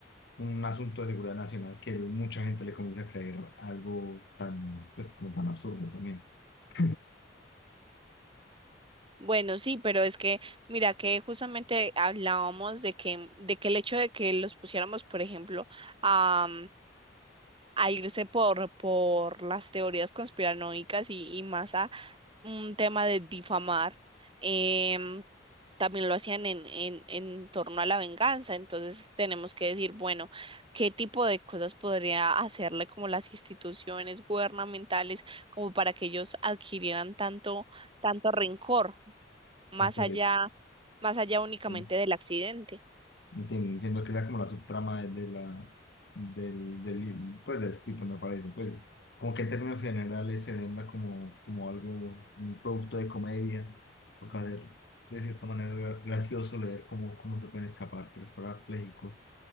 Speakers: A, on the left; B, on the right.
A: un asunto de seguridad nacional que mucha gente le comienza a creer algo tan, pues, como tan absurdo también. <laughs>
B: Bueno, sí, pero es que, mira, que justamente hablábamos de que, de que el hecho de que los pusiéramos, por ejemplo, a, a irse por, por las teorías conspiranoicas y, y más a un tema de difamar, em, también lo hacían en, en, en torno a la venganza. Entonces tenemos que decir, bueno, qué tipo de cosas podría hacerle como las instituciones gubernamentales como para que ellos adquirieran tanto, tanto rencor, más
A: ok,
B: allá, más allá únicamente
A: ok.
B: del accidente.
A: Entiendo, entiendo que sea como la subtrama de de la, del, del, pues, del escrito, me parece. Pues, como que en términos generales se venda como, como algo, un producto de comedia, porque hacer de cierta manera gra- gracioso leer cómo, cómo se pueden escapar tres parapléjicos